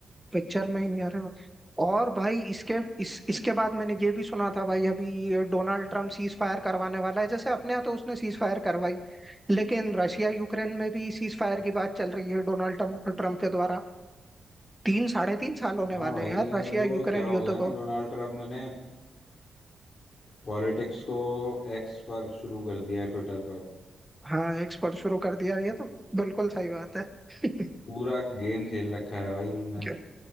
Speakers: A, in the centre; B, on the left.
A: पिक्चर में ही नहीं आ रहे और भाई इसके इस इसके बाद मैंने ये भी सुना था भाई अभी ये डोनाल्ड ट्रम्प सीज फायर करवाने वाला है जैसे अपने यहाँ तो उसने सीज फायर करवाई लेकिन रशिया यूक्रेन में भी सीज फायर की बात चल रही है डोनाल्ड ट्रम्प ट्रम्प के द्वारा तीन साढ़े तीन साल होने
B: हाँ
A: वाले
B: भाई
A: हैं यार रशिया
B: अब वो
A: यूक्रेन
B: क्या हो
A: युद्ध
B: गया ना
A: को
B: डोनाल्ड ट्रम्प ने पॉलिटिक्स को एक्स पर शुरू कर दिया ट्विटर पर
A: हाँ एक्सपर्ट शुरू कर दिया ये तो बिल्कुल सही बात है <laughs>
B: पूरा गेम खेल रखा है भाई उनने
A: जो-